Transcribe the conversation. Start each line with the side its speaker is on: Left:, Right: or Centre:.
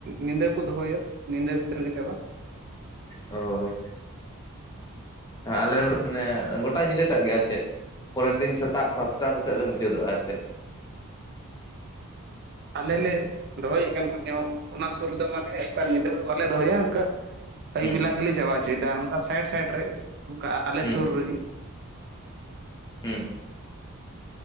Right: ᱱᱤᱫᱟᱹ ᱠᱚ ᱫᱚᱦᱚᱭᱟ ᱱᱤᱫᱟᱹ ᱵᱷᱤᱛᱨᱤ ᱨᱮ ᱜᱮ ᱪᱟᱵᱟ᱾
Left: ᱳ ᱦᱮᱸ ᱟᱞᱮ ᱱᱚᱸᱰᱮ ᱜᱚᱴᱟ ᱧᱤᱫᱟᱹ ᱴᱟᱜ ᱜᱮ ᱟᱨ ᱪᱮᱫ ᱯᱚᱨᱮᱨ ᱫᱤᱱ ᱥᱮᱛ ᱛᱟᱜ ᱠᱚ ᱥᱮᱫ ᱨᱮ ᱢᱩᱪᱟᱹᱫᱚᱜᱼᱟ ᱟᱨ ᱪᱮᱫ᱾
Right: ᱟᱞᱮ ᱞᱮ ᱫᱚᱦᱚᱭᱮᱫ ᱠᱟᱱ ᱢᱟᱱᱮ ᱚᱱᱟ ᱥᱩᱨ ᱨᱮᱫᱚ ᱢᱟᱱᱮ ᱚᱱᱠᱟ ᱧᱤᱫᱟᱹ ᱫᱚ ᱵᱟᱞᱮ ᱫᱚᱦᱚᱭᱟ ᱚᱱᱠᱟᱼᱼ ᱟᱹᱭᱩᱵ
Left: ᱦᱩᱸ
Right: ᱵᱮᱞᱟ ᱜᱮᱞᱮ ᱪᱟᱵᱟ ᱦᱚᱪᱚᱭᱮᱫᱟ ᱚᱱᱠᱟ ᱥᱟᱭᱤᱰ ᱥᱟᱭᱤᱰ ᱨᱮ ᱚᱱᱠᱟ ᱟᱞᱮ
Left: ᱦᱩᱸ
Right: ᱥᱩᱨ ᱨᱮᱜᱮ᱾
Left: ᱦᱩᱸ